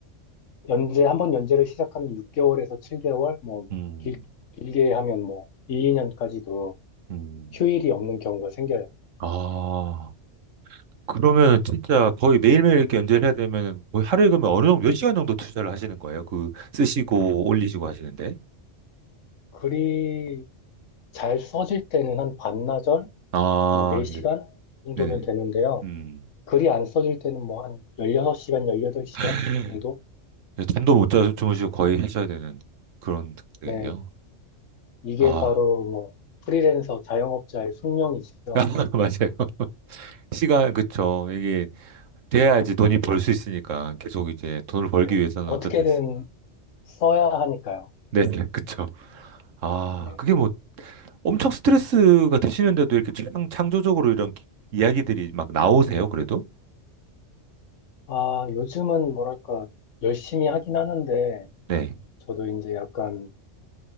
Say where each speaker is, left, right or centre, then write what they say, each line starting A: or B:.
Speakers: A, on the left; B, on the right.
A: 연재, 한 번 연재를 시작하면 6개월에서 7개월, 뭐
B: 음,
A: 길, 길게 하면 뭐일 2년까지도
B: 음,
A: 휴일이 없는 경우가 생겨요.
B: 아. 그러면 진짜 거의 매일매일 이렇게 연재를 해야 되면 거의 하루에 그러면 어느 정도 몇 시간 정도 투자를 하시는 거예요? 그 쓰시고 올리시고 하시는데?
A: 글이 잘 써질 때는 한 반나절?
B: 아,
A: 뭐 4시간
B: 네,
A: 정도면
B: 네네.
A: 되는데요.
B: 음.
A: 글이 안 써질 때는 뭐 한 16시간, 18시간
B: <laughs>
A: 정도?
B: 예, 잠도 못 자, 주무시고 거의 하셔야 되는 그런 상태겠네요.
A: 네, 이게
B: 아,
A: 바로 뭐 프리랜서 자영업자의 숙명이죠.
B: <laughs> 맞아요. 시간, 그쵸. 이게 돼야지
A: 네,
B: 돈이 벌 수 있으니까 계속 이제 돈을 벌기
A: 네.
B: 위해서는
A: 어떻게든
B: 어쨌든. 시-
A: 써야 하니까요.
B: 네, 네, <laughs> 그쵸. 아,
A: 네.
B: 그게 뭐 엄청 스트레스가 되시는데도 이렇게 창, 창조적으로 이런 기- 이야기들이 막 나오세요, 그래도?
A: 아, 요즘은 뭐랄까, 열심히 하긴 하는데,
B: 네,
A: 저도 이제 약간